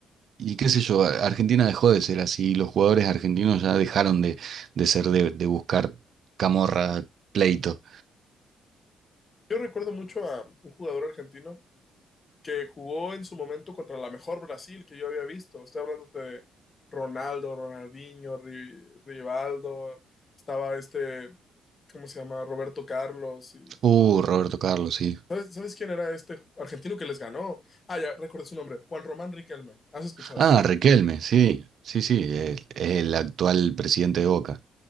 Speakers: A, on the right; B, on the left.
A: y qué sé yo, a- Argentina dejó de ser así, los jugadores argentinos ya dejaron de, de ser de, de buscar camorra, pleito.
B: Yo recuerdo mucho a un jugador argentino que jugó en su momento contra la mejor Brasil que yo había visto. Estoy hablando de Ronaldo, Ronaldinho, Ri- Rivaldo, estaba este, ¿cómo se llama? Roberto Carlos y
A: Uh, Roberto Carlos, sí.
B: ¿Sabes, sabes quién era este argentino que les ganó? Ah, ya, recuerdo su nombre. Juan Román Riquelme. ¿Has escuchado?
A: Ah, Riquelme, sí, sí, sí, el- el actual presidente de Boca.